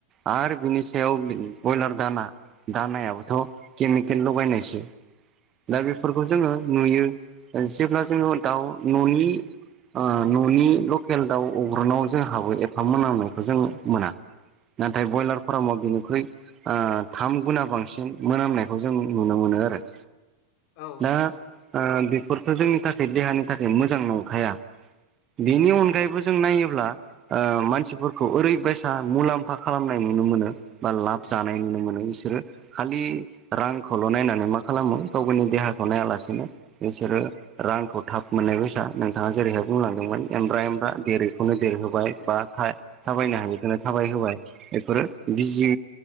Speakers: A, on the right (about 30°); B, on the left (about 45°).
A: आर बिनि सायाव ब्रयलार दाना दानायाबोथ' केमिकेल लगायनायसो। दा बेफोरखौ जोङो नुयो जेब्ला जोङो दाउ न'नि ओ न'नि लकेल दाउ अग्रुनाव जोंहाबो एफा मोनामनायखौ जों मोना नाथाय ब्रयलार फार्माव बेनिख्रुइ ओ थाम गुना बांसिन मोनामनायखौ जों नुनो मोनो आरो
B: औ
A: दा ओ बेफोरथ' जोंनि थाखाय देहानि थाखाय मोजां नंखाया। बेनि
B: औ
A: अनगायैबो जों नायोब्ला ओ मानसिफोरखौ ओरैबायसा मुलाम्फा खालामनाय नुनो मोनो। बा लाब जानाय नुनो मोनो बिसोरो खालि रांखौल' नायनानै मा खालामो गाव गावनि देहाखौ नायालासेनो बिसोरो रांखौ थाब मोननायबायसा नोंथाङा जेरैहाय बुंलांदोंमोन एमब्रा एमब्रा देरैखौनो देरहोबाय बा था-थाबायनो
B: औ
A: हायिखौनो थाबाय होबाय। बेफोरो बिजि